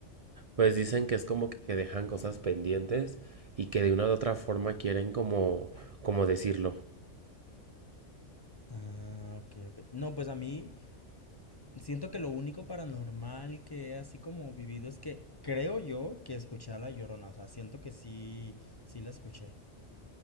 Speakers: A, on the right; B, on the left.
A: Pues dicen que es como que dejan cosas pendientes y que de una u otra forma quieren como como decirlo.
B: Ah, ok, ok. No, pues a mí siento que lo único paranormal que he así como vivido es que creo yo que escuché a la Llorona, o sea, siento que sí, sí la escuché.